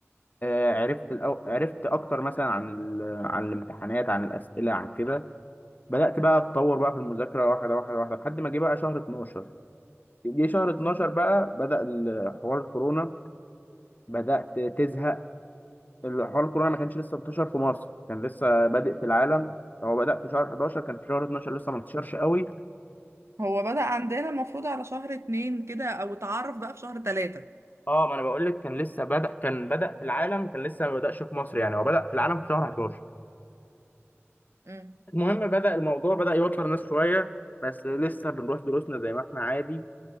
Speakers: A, on the left; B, on the right.
A: آه، عرفت الأو... عرفت اكتر مثلا عن ال... عن الامتحانات عن الأسئلة عن كده بدأت بقى اتطور بقى في المذاكرة واحدة واحدة واحدة لحد ما جه بقى شهر 12 جه شهر 12 بقى بدأ ال- حوار الكورونا بدأت تزهق ال- حوار الكورونا ما كانش لسه انتشر في مصر كان لسه بادئ في العالم هو بدأ في شهر 11 كان في شهر 12 لسه ما انتشرش قوي
B: هو بدأ عندنا المفروض على شهر اتنين كده او اتعرف بقى في شهر تلاتة
A: اه ما انا بقول لك كان لسه بدأ كان بدأ في العالم كان لسه ما بدأش في مصر يعني هو بدأ في العالم في شهر 11
B: امم
A: <clears throat> المهم بدأ الموضوع بدأ يوتر ناس شوية بس لسه بنروح دروسنا زي ما احنا عادي